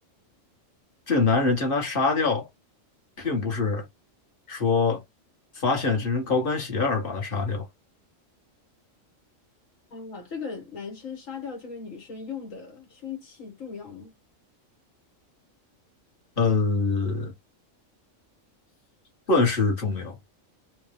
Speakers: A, on the left (about 45°); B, on the left (about 75°).
A: 这个男人将他杀掉，并不是说发现这双高跟鞋而把他杀掉，
B: 啊，这个男生杀掉这个女生用的凶器重要吗？
A: 呃，算是重要，